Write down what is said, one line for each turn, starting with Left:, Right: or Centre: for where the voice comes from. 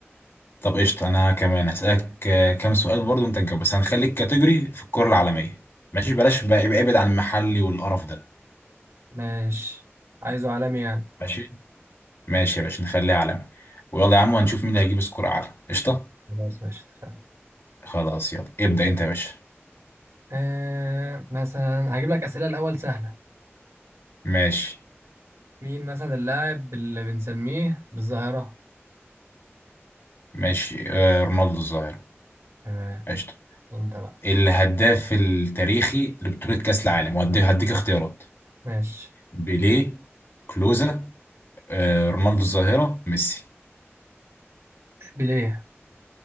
Left: طب قشطة انا كمان هسألك آه، كام سؤال برضو انت تجاوب بس هنخلي الكاتيجوري في الكرة العالمية ماشي بلاش بقى يبقى ابعد عن المحلي والقرف ده
Right: ماشي عايزه عالمي يعني
Left: ماشي ماشي يا باشا نخليه عالمي ويلا يا عم وهنشوف مين اللي هيجيب سكور اعلى قشطة
Right: خلاص ماشي اتفقنا
Left: خلاص يلا ابدأ انت يا باشا
Right: أه مثلا هجيب لك اسئله الاول سهله
Left: ماشي
Right: مين مثلا اللاعب اللي بنسميه بالظاهره
Left: ماشي آه رونالدو الظاهرة
Right: تمام
Left: قشطة
Right: انت بقى
Left: الهداف التاريخي لبطولة كأس العالم وهدي- هديك اختيارات
Right: ماشي
Left: بيليه كلوزا آه رونالدو الظاهرة ميسي
Right: بيليه